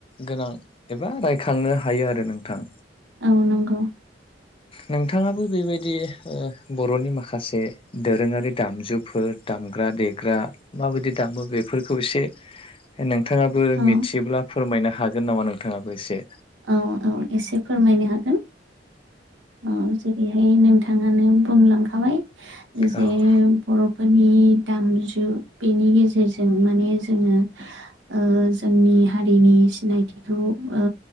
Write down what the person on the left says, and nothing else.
गोनां एबा रायखांनो हायो आरो नोंथां।
नोंथाङाबो बेबायदि ओ बर'नि माखासे दोरोङारि दामजुफोर दाम ग्रा देग्रा माबायदि दामो बेफोरखौ एसे नों थाङाबो
मिथियोब्ला फोरमायनो हागोन नामा नोंथाङाबो एसे?
औ